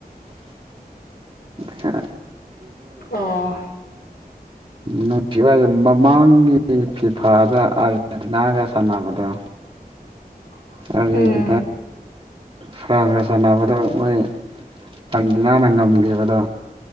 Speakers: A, on the left (about 80°); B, on the right (about 30°).
A: <inaudible>
B: ꯁ
A: ꯑꯣ
B: ꯅꯨꯡꯁꯤꯁꯦ ꯃꯃꯥꯡꯒꯤ ꯐꯤꯐꯥꯗ ꯑꯥꯔꯖꯦꯟꯇꯤꯅꯥꯒ ꯁꯥꯟꯅꯕꯗꯣ
A: <inaudible>
B: ꯑꯗꯨ
A: ꯎꯝ
B: ꯐ꯭ꯔꯥꯟꯁꯀ ꯁꯥꯟꯅꯕꯗ ꯃꯣꯏ ꯑꯥꯔꯖꯦꯟꯇꯤꯅꯥꯅ ꯉꯝꯈꯤꯕꯗꯣ